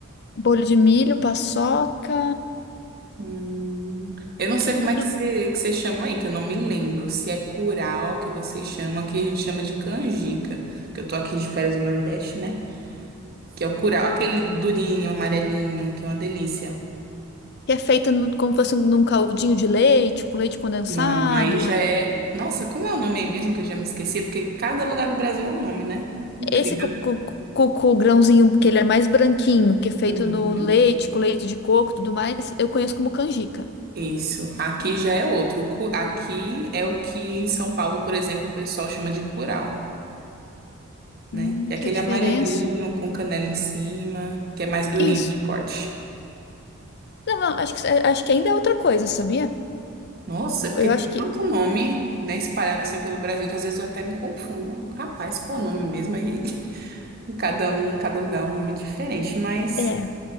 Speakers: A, on the left; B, on the right.
A: Bolo de milho, paçoca.
B: Hum, Eu não sei
A: Bolo
B: como é que você, que você chama aí, que eu não me lembro. Se é curau que você chama, que a gente chama de canjica. Que eu tô aqui de férias no Nordeste, né? Que é o curau, aquele durinho, amarelinho, que é uma delícia.
A: que é feito no- como se fosse um- num caldinho de leite, com leite condensado.
B: Não, aí já é. Nossa, como é o nome aí mesmo que eu já me esqueci? Porque cada lugar do Brasil é um nome, né? Incrível.
A: Esse cucu, cucu grãozinho, porque ele é mais branquinho, que é feito
B: Uhum.
A: no leite, com leite de coco e tudo mais, eu conheço como canjica.
B: Isso. Aqui já é outro. Cu- Aqui é o que em São Paulo, por exemplo, o pessoal chama de curau, né?
A: Hum,
B: É aquele
A: que diferença.
B: amarelinho com canela em cima, que é mais durinho
A: Isso.
B: de corte.
A: Não, não, acho que, acho que ainda é outra coisa, sabia?
B: Nossa, porque
A: Eu
B: tem
A: acho que.
B: tanto nome, né, espalhado assim pelo Brasil que às vezes eu até me confundo. Rapaz, qual é o nome mesmo? Aí <laughs> cada um, cada lugar é um nome diferente, mas.
A: É.